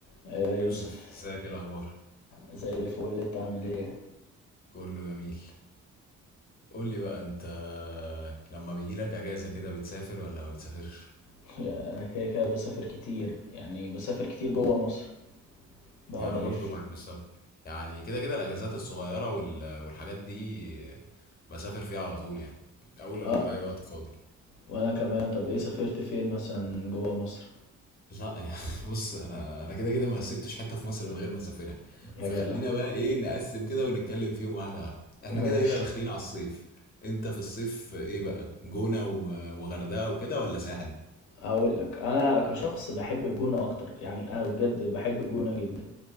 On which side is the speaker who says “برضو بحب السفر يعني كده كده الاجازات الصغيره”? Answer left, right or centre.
Left